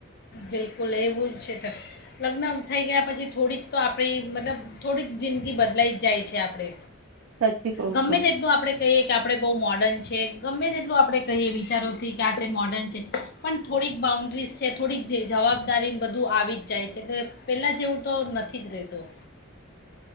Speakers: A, on the left; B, on the right.
A: બિલકુલ એવું છે લગ્ન થઈ ગયા પછી થોડીક તો આપણી મતલબ થોડીક જિંદગી બદલાઈ જ જાય છે આપણે
B: સાચી કહું
A: ગમે
B: છો.
A: તે એક તો આપણે કહીએ કે આપણે બહુ મોર્ડર્ન છે. ગમે તેટલું આપણે કહીએ વિચારોથી કે આ તે મોડર્ન છે. પણ થોડીક બાઉન્ડ્રીસ છે થોડીક જવાબદારીને બધું આવી જ જાય છે એટલે પહેલાં જેવું તો નથી જ રહેતું.